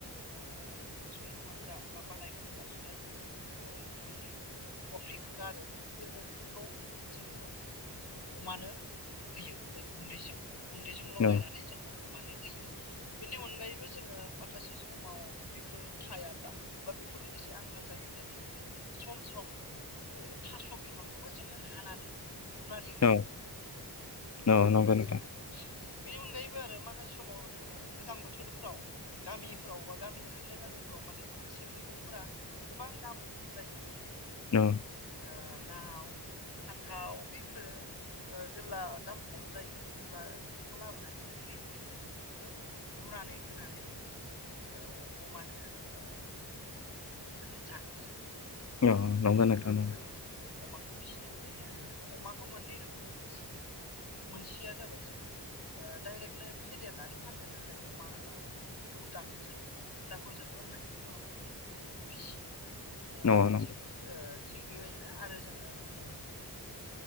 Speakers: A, on the left; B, on the left.
A: आ संखान्दा बा बानायखान्दा जुजायनि उफ्रि अफ्रिखौ गारो बे अफ्रिखौ जोङो ओं अमानो होयो गुन्दैजों गुन्दैजों लगायनानै
B: औ
A: जोङो अमानो होयो बेनि अनगायैबो जोङो माखासे समाव बेफोर थायाब्ला बा बेफोरनि एसे आंखाल जायोब्ला जोङो सम सम ओ थास' बिफांखौबो जोङो हानानै रुनानै होनायखौ
B: औ
A: जोङो नुनो मोनो
B: औ
A: बा
B: नंगौ
A: रुनानै
B: नोंथां
A: होयो बेनि अनगायैबो आरो माखासे समाव जोङो गोजां बोथोरफ्राव गामिफ्राव बा गामिनि हाथाय बाजा जारफ्राव माने माखासे मेगंफोरा गोबां दाम खम जायो जेरै खबि
B: औ
A: आ लाव फान्थाव बेफोरो ओ जेब्ला दाम खम जायो। अब्ला बेखौ लाबोनानै जों बैफोर मैगंफोरखौबो रुनानै होनानै जोङो औ अमानो ओ माने जाहोयो।
B: अ नंग नोंथां मोन।
A: खो फिसिनाय नुयो आरो जोङो अमाखौ मोननै रोखोमै फिसियो जोङो मोनसेया जाबा जोङो ओ डाइरेक्टनो फेदेरनानै फाननो थाखाय अमा बुन्दाखौ जों बुन्दाखौ जोङो खासि खालामनानै फिसियो ओ
B: औ औ नंगौ।
A: थिग ओ थिग बेबायदिनो आरो जोङो ओ